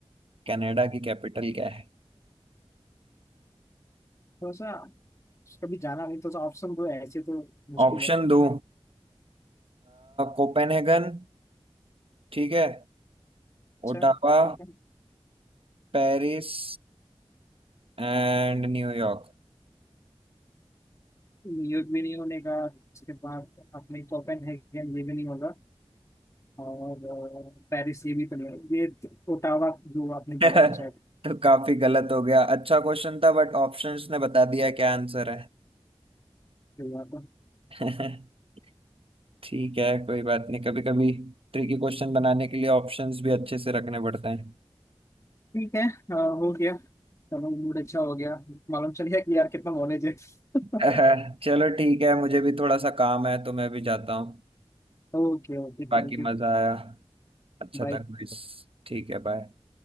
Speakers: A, on the right; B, on the left.
A: कनाडा की कैपिटल क्या है
B: सा कभी जाना नहीं तो तो ऑप्शन दो ऐसे तो मुश्किल
A: ऑप्शन
B: है
A: दो कोपेनहेगन ठीक है
B: अच्छा
A: Ottawa
B: ठीक है
A: Paris and New York
B: न्यूयॉर्क भी नहीं होने का उसके बाद अपने कोपेनहेगन ये भी नहीं होगा और अ, पेरिस ये भी तो नहीं होगा ये तो- ओटावा जो
A: <laughs>
B: आपने
A: तो
B: बोला था शायद
A: काफी गलत हो गया अच्छा क्वेश्चन था बट ऑप्शंस ने बता दिया क्या आंसर
B: ये हुआ था
A: है <laughs> ठीक है कोई बात नहीं कभी कभी ट्रिकी क्वेश्चन बनाने के लिए ऑप्शंस भी अच्छे से रखने पड़ते हैं
B: ठीक है अ, हो गया चलो मूड अच्छा हो गया मालूम चल गया कि यार कितना नॉलेज है <laughs>
A: <laughs> चलो ठीक है मुझे भी थोड़ा सा काम है तो मैं भी जाता हूँ
B: Okay okay
A: बाकी
B: thank you
A: मजा आया अच्छा
B: Bye
A: था क्विज ठीक है बाय